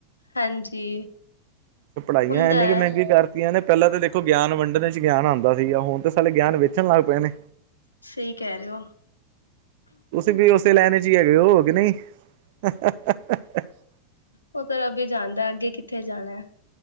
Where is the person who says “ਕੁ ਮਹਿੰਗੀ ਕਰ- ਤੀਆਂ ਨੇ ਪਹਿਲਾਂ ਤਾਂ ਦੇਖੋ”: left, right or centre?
Right